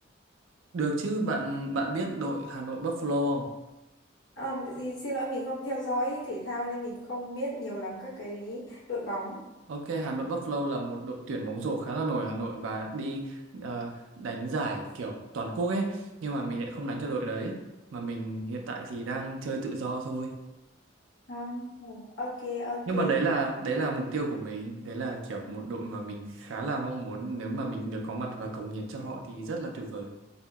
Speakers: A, on the right; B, on the left.
A: được chứ bạn bạn biết đội Hà Nội Buffalo không
B: À, thì xin lỗi mình không theo dõi thể thao nên mình không biết nhiều lắm các cái đội bóng.
A: Ok Hà Nội Buffalo là một đội tuyển bóng rổ khá là nổi ở Hà Nội và đi ờ, đánh giải kiểu toàn quốc ấy nhưng mà mình lại không đánh cho đội đấy mà mình hiện tại thì đang chơi tự do thôi
B: À, Ok, ok.
A: nhưng mà đấy là đấy là mục tiêu của mình đấy là kiểu một đội mà mình khá là mong muốn nếu mà mình được có mặt và cống hiến cho họ thì rất là tuyệt vời